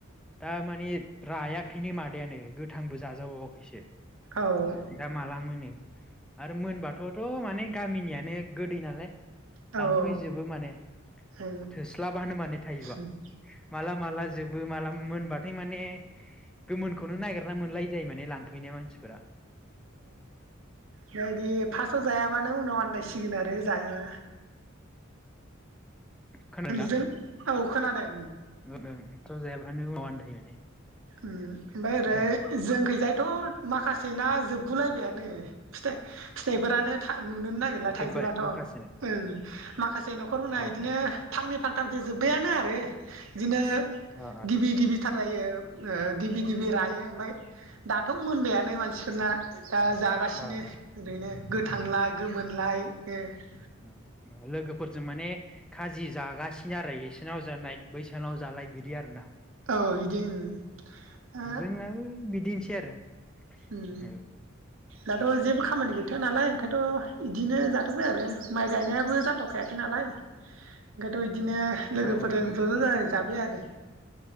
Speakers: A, in the centre; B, on the right.
A: दा माने रायाखैनो मादायानो गोथांबो जाजाबावाखैसो।
B: औ औ
A: दा माला मो नो आरो मोनबाथथ माने गामिनियानो गोदै नालाय
B: औ
A: लांफैजोबो
B: ओं
A: माने
B: औ
A: थोस्लाबानो माने थाइजौआ
B: ओमफ्राय
A: माला माला जोबो माला मोनबाथाय माने गोमोनखौनो नागिरना मोनलाय जायो माने लांफैनाया मानसिफोरा।
B: नैदि फासआव जायाबानो उनाव आनदायसिगोन आरो जाया
A: खोनादों ना
B: जों औ खोनादों
A: <unintelligible> थ जायाबानो उनाव आनदायो माने
B: उम ओमफाय ओरै
A: ओं
B: जोंखैजायथ माखासे ना जोबगुलायबायानो। फिथा फिथाइफोरानो था नुनोनो नागिरला
A: जोब्बाय
B: थाइजौआथ
A: माखासेना
B: ओं माखासे नखरफोना
A: अ
B: इदिनो
A: अ
B: फांनै फांथामसो जोब्बायानो आरो। इदिनो
A: अ
B: गिबि गिबिथार जायो ओ गिबि गिबि रायो ओमफ्राय दाथ मोनबायानो मानसिफोरना। दा जागासिनो
A: अ अ
B: ओरैनो गोथांलाय गोमोनलाय। <unintelligible>
A: उम लोगोफोरजों माने खाजि जागासिनो आरो इसे नाव जानाय बैसानाव जालाय बिदि आरो ना।
B: औ इदि उम ओ
A: जोंनाबो बिदिनोसै आरो
B: उम
A: औ
B: दाथ जेबो खामानि गैथवा नालाय ओंखायनोथ इदिनो जाथबाय आरो माइ गायनायाबो जाथखायाखै नालाय। ओंखायथ इदिनो लोगोफोरजों
A: औ औ
B: ज ज जाजाय जाबाय आरो।